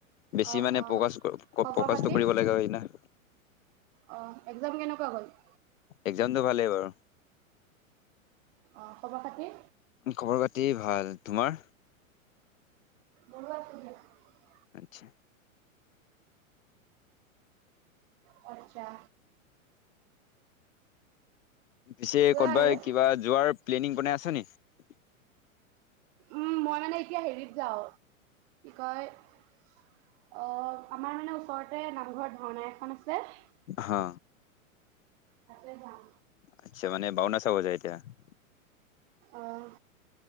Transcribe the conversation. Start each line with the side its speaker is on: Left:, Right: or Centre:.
Left: বেছি
Right: অ'
Left: মানে
Right: অ'।
Left: প্ৰকাশ
Right: খবৰ
Left: প্ৰকাশটো
Right: খাতি?
Left: কৰিব লাগা হয় ন
Right: অ' এক্জাম কেনেকুৱা গল <unintelligible>
Left: এক্জামটো ভালেই বাৰু।
Right: অ খবৰ পাতি
Left: খবৰ পাতি ভাল তোমাৰ
Right: বৰুোৱা চুধা। <unintelligible>
Left: আতছা
Right: পৰ্জা
Left: পিছে
Right: কোৱা
Left: ক'বাই
Right: আৰু
Left: কিবা যোৱাৰ প্লেনিং আছে নেকি।
Right: উম, মই মানে এতিয়া হেৰিত যাওঁ। গ <unintelligible> অ, আমাৰ মানে ওচৰতে নাম। ঘৰত ভাওণা এখন আছে <unintelligible>
Left: অ।
Right: তাতে যাম।
Left: আচ্ছা মানে ভাওনা চাব হৈ যায় এতিয়া। <unintelligible>
Right: আহ